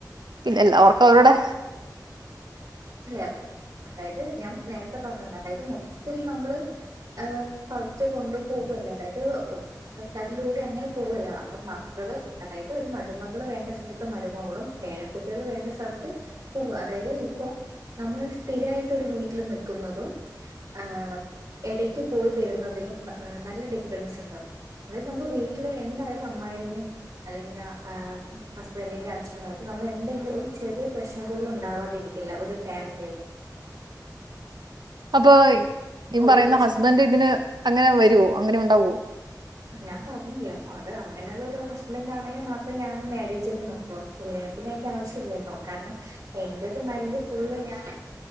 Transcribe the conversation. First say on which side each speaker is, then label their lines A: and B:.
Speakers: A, on the right; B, on the right.
A: പിന്നെ എല്ലാവർക്കും അവരുടെ
B: അല്ലെ അതായത് ഞാൻ നേരത്തെ പറഞ്ഞ്ണ്ടാന് അതായത് മൊത്തത്തിൽ നമ്മള് എഹ് പളച്ച് കൊണ്ടുപോകല്ലേ അതായത് തല്ലൂട്ടി അങ്ങനെ പോവല്ല നമ്മുടെ മകള് അതായത് ഒരു മരുമകള് വേണ്ട സ്ഥലത്ത് മരുമകളും. പേരക്കുട്ടികൾ വേണ്ട സ്ഥലത്ത് പോവ അതായത്. അപ്പോ നമ്മള് സ്ഥിരായിട്ടരു വീട്ടിൽ നിക്കുന്നതും ആ ഇടക്ക് പോയി വരുന്നതിലും നല്ല ഡിഫറൻസ് ഉണ്ടകും അതായത് നമ്മ വീട്ടില് എന്തായാലും അമ്മായിഅമ്മയും അല്ലെങ്കിൽ അഹ് ഹസ്ബൻഡിന്റെ അച്ഛനുമായിട്ട് നമ്മൾ എന്തെങ്കിലും ഒരു ചെറിയ പ്രശ്നം പോലും ഉണ്ടാവാതെരി ഇല്ല ഒരു ഫാമിലിയില്
A: അപ്പൊ ഈ
B: ഒരു
A: പറയുന്ന
B: പ്രശ്നം
A: ഹസ്ബൻഡ് ഇതിന് അങ്ങനെ വരുവോ അങ്ങനെ ഉണ്ടാവുവോ
B: ഞാൻ പറഞ്ഞില്ല അത് അങ്ങനെയുള്ള ഒരു ഹസ്ബൻഡ ആണെങ്കിൽ മാത്രമേ ഞാനും മാരേജി ചെയ്ത് നൽക്കുള്ളൂ ഇല്ല പിന്നെ അതിന്റെ ആവശ്യം ഇല്ലല്ലോ കാരണം എന്റെ ഒരു മൈൻഡ് ഫുള് ഞാൻ